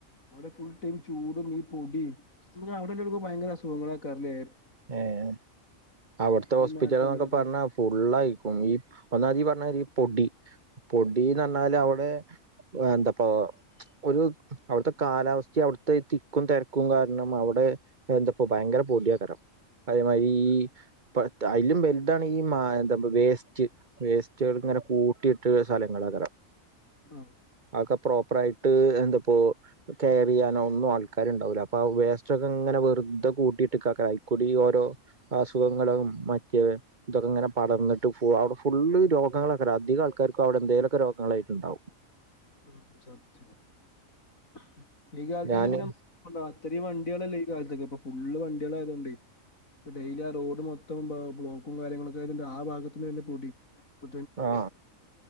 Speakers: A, on the left; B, on the right.
A: അവിടെ ഫുൾ ടൈം ചൂടും ഈ പൊടിയും അസുഖാ അവിടെ ഉള്ളവർക്ക് ഭയങ്കര അസുഖങ്ങളെയ്ക്കാരം അല്ലേ
B: ഏഹ് അവിടുത്തെ
A: ഒരു
B: ഹോസ്പിറ്റല്
A: മാറ്റല്ലാതെ
B: എന്നൊക്കെ പറഞ്ഞാ ഫുള്ളായിരിക്കും ഈ ഒന്നാമത് ഈ പറഞ്ഞ മാതിരി ഈ പൊടി പൊടീ എന്ന് പറഞ്ഞാല് അവിടെ എന്തപ്പോ ഒരു അവിടുത്തെ കാലാവസ്ഥയും അവിടുത്തെ ഈ തിക്കും തിരക്കും കാരണം അവിടെ എന്താപ്പോ ഭയങ്കര പൊടി ആയിക്കാരം അതേ മാതിരി ഈ ഇപ്പ അതിലും വലുതാണ് ഈ മാ എന്താ വേസ്റ്റ് വേസ്റ്റുകൾ ഒക്കെ ഇങ്ങനെ
A: ആഹ്
B: കൂട്ടിയിട്ടെ സ്ഥലങ്ങള് ആയ്കാരം
A: ആഹ്
B: അതൊക്കെ പ്രോപ്പർ ആയിട്ട് എന്താപ്പോ കെയർ ചെയ്യാനോ ഒന്നും ആൾക്കാര് ഉണ്ടാവൂല്ല അപ്പൊ ആ വേസ്റ്റ് ഒക്കെ ഇങ്ങനെ വെറുതെ കൂട്ടിയിട്ട് ക കൂടി ഓരോ അസുഖങ്ങളും മാറ്റിയവെ ഇതൊക്കെ ഇങ്ങനെ പടർന്നിട്ട് ഫു അവിടെ ഫുള്ള് രോഗങ്ങള് ആയിക്കാരം അധിക ആൾക്കാർക്കും അവിടെ എന്തേലൊക്കെ രോഗങ്ങളായിട്ട് ഉണ്ടാവും
A: <inaudible> ഈ കാലത്ത്
B: ഞാന്
A: തന്നെ പിന്നെ ഇപ്പം രാത്രിയും വണ്ടികളല്ലേ ഈ കാലത്തൊക്കെ ഇപ്പൊ ഫുള്ള് വണ്ടികള് ആയതുകൊണ്ടേയ് ഇപ്പ ഡെയിലി ആ റോഡ് മൊത്തം ബ ബ്ലോക്കും കാര്യങ്ങളൊക്കെ ആയതിന്റെ ആ ഭാഗത്തിന്ന് വരുന്ന പൊടി <unintelligible>
B: ആ